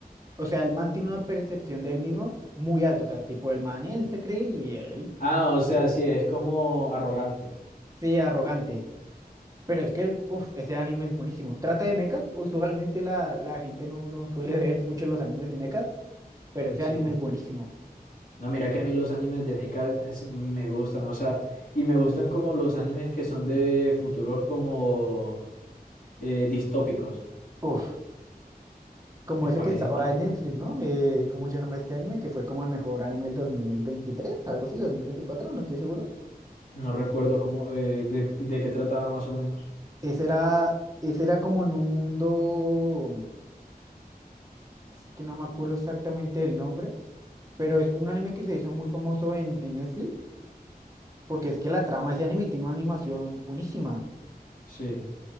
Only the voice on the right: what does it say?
o sea, el man tiene una percepción de él mismo muy alta, o sea, tipo el man, él se cree y él,
sí, arrogante. Pero es que, uff, ese anime es buenísimo. Trata de mechas, usualmente la, la gente no, no suele <laughs> ver mucho los animes de mechas, pero ese
anime es buenísimo.
Uf. Como
ese
que estaba
en Netflix, ¿no? Eh, ¿cómo se llama este anime? Que fue como el mejor anime del 2023, algo así, 2024, no estoy seguro.
Ese era, ese era como en un mundo, es que no me acuerdo exactamente el nombre, pero es un anime que se hizo muy famoso en, en Netflix, porque es que la trama de ese anime tiene una animación buenísima.